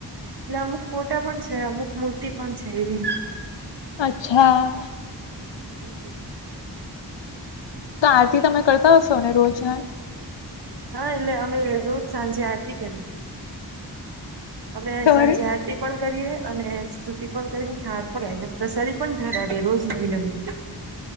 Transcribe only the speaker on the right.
એટલે અમુક ફોટા પણ છે, અમુક મૂર્તિ પણ છે એવી.
હમ.
હા, એટલે અમે રોજ સાંજે આરતી કરી. અમે
સાંજે આરતી પણ. કરી અને સ્તુતિ પણ કરી, પણ પ્રસાદી ધરાવીએ રોજ નવી નવી.